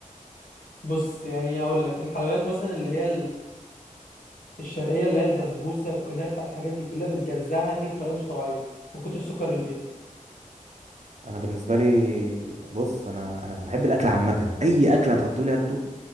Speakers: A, on the left; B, on the right.
A: بص يعني هقول لك الحلويات مثلا اللي هي الشرقيه اللي هي البسبوسه الكنافه الحاجات دي كلها بتجزعني بطريقه مش طبيعيه من كتر السكر اللي فيها
B: انا بالنسبه لي بص انا انا بحب الاكل عامه اي اكل هتحطولي اكله